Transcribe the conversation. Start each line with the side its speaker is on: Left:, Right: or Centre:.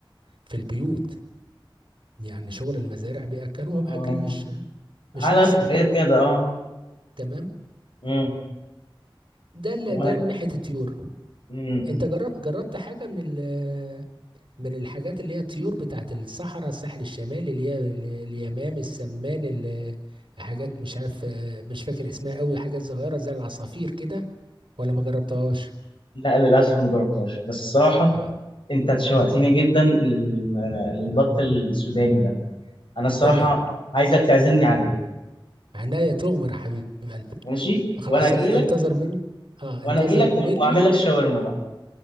Right: في البيوت يعني شغل المزارع بياكلوهم
Left: اه
Right: اكل مش
Left: علف
Right: مش اصلي
Left: وحاجات كده اه
Right: تمام
Left: امم
Right: ده اللي
Left: وه-
Right: ده من ناحيه الطيور
Left: امم
Right: انت جربت جربت حاجه من ال من الحاجات اللي هي الطيور بتاعت الصحراء الساحل الشمالي اللي هي ال- اليمام السمان ال- حاجات مش عارف آه، مش فاكر اسمها قوي حاجات صغيره زي العصافير كده ولا ما جربتهاش
Left: لا للاسف ما جربتهاش بس الصراحه
Right: اه
Left: انت شوقتني جدا لل... للبط السوداني ده انا الصراحه
Right: تمام
Left: عايزك تعزمني عليه
Right: عناية تؤمر يا حبيب قلبي
Left: ماشي
Right: خلاص
Left: وانا اجي
Right: انتظر
Left: لك
Right: مني اه
Left: وانا
Right: انتظر
Left: اجي لك و-
Right: مني
Left: واعمل لك شاورما بقى